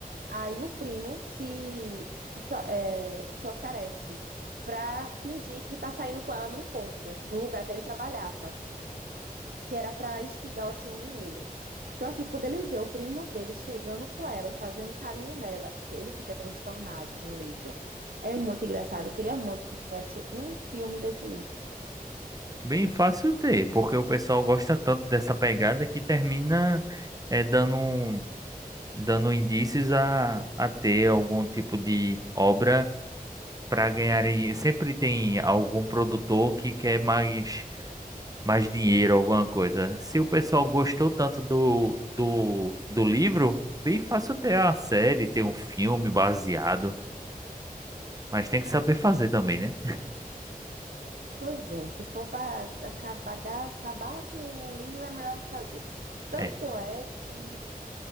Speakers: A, on the right (about 80°); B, on the right (about 25°).
A: Aí o primo se, se, so- é, se oferece para fingir que tá saindo com ela no encontro, no lugar que ele trabalhava que era para instigar o ciúme nele. Então, assim, quando ele vê o primo dele chegando com ela e fazendo carinho nela, ele fica transtornado no livro. É muito engraçado. Eu queria muito que tivesse um filme desse livro.
B: bem fácil ter, porque o pessoal gosta tanto dessa pegada que termina eh, dando, um- dando indícios a, a ter algum tipo de obra para ganhar. em- Sempre tem algum produtor que quer mais. mais dinheiro, alguma coisa. Se o pessoal gostou tanto do, do, do livro, bem fácil ter a série, ter um filme baseado. Mas tem que saber fazer também, né?
A: Pois é, se for para acabar, acabar com o livro, é melhor não fazer. Tanto
B: É.
A: é que